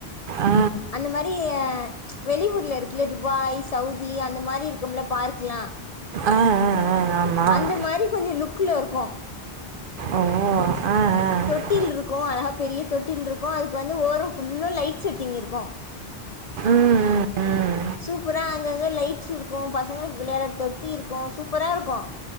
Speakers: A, on the right; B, on the left.
A: ஆ
B: அந்த மாரி அ வெளிவூர்ல இருக்குல துபாய் சவுதி அந்த மாரி இருக்கும்ல பார்க்லா
A: ஆ ஆ ஆமாம்
B: அந்த மாரி கொஞ்சோ லுக்ல இருக்கு.
A: ஓ ஆ ஆ ம்
B: தொட்டில் இருக்கு அழகா பெரிய தொட்டில் இருக்கு. அதுக்கு வந்து ஓரோ ஃபுல்லு லைட் செட்டிங் இருக்கு.
A: ம், ம்
B: சூப்பரா அங்க அங்க லைட்ஸ் இருக்கூ, பசங்களுக்கு விளையாட தொட்டி இருக்கூ, சூப்பரா இருக்கூ